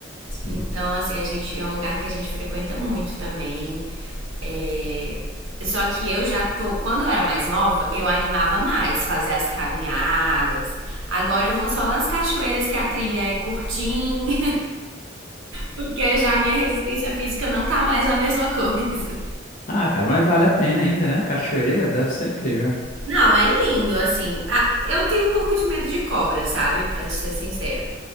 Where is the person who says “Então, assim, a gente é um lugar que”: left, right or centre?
Right